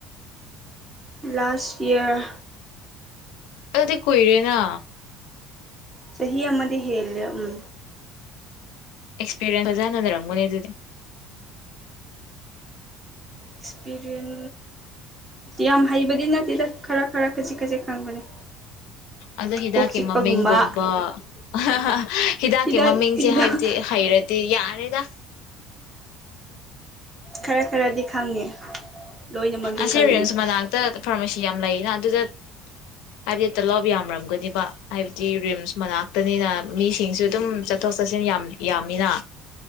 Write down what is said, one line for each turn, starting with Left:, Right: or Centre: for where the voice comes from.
Right: ꯂꯥꯁ ꯏꯌꯔ
Left: ꯑꯗꯨꯗꯤ ꯀꯨꯏꯔꯦꯅ
Right: ꯆꯍꯤ ꯑꯃꯗꯤ ꯍꯦꯜꯂꯦ ꯎꯝ
Left: ꯑꯦꯛꯁꯄꯤꯔꯤꯌꯦꯟꯁ ꯐꯖꯅ ꯂꯩꯔꯝꯒꯅꯤ ꯑꯗꯨꯗꯤ
Right: ꯑꯦꯛꯁꯄꯤꯔꯤꯟ ꯌꯥꯝ ꯍꯩꯕꯗꯤ ꯅꯠꯇꯦꯗ ꯈꯔ ꯈꯔ ꯈꯖꯤꯛ ꯈꯖꯤꯛ ꯈꯪꯕꯅꯦ
Left: ꯑꯗꯣ ꯍꯤꯗꯥꯛꯀꯤ
Right: ꯀꯣꯛ ꯆꯤꯛꯄꯒꯨꯝꯕ
Left: ꯃꯃꯤꯡꯒꯨꯝꯕ <unintelligible> ꯍꯤꯗꯥꯛꯀꯤ
Right: ꯍꯤꯗꯥꯛ
Left: ꯃꯃꯤꯡꯁꯦ
Right: ꯍꯤꯗꯥꯛ
Left: ꯍꯥꯏꯕꯗꯤ ꯍꯩꯔ ꯗꯤ ꯌꯥꯔꯦꯗ
Right: ꯈꯔ ꯈꯔꯗꯤ ꯈꯪꯉꯦ ꯂꯣꯏꯅꯃꯛꯇꯤ
Left: ꯑꯁꯤ
Right: ꯈꯪꯗꯦ
Left: ꯔꯤꯜꯁ ꯃꯅꯥꯛꯇ ꯐꯥꯔꯃꯥꯁꯤ ꯌꯥꯝ ꯂꯩꯅ ꯑꯗꯨꯗ ꯍꯥꯏꯕꯗꯤ ꯇꯂꯣꯞ ꯌꯥꯝꯔꯝꯒꯅꯤꯕ ꯍꯥꯏꯕꯗꯤ ꯔꯤꯝꯁ ꯃꯅꯥꯛꯇꯅꯤꯅ ꯃꯤꯁꯤꯡꯁꯨ ꯑꯗꯨꯝ ꯆ ꯊꯣꯛ ꯆꯠꯁꯤꯟ ꯌꯥꯝ ꯌꯥꯝꯃꯤꯅ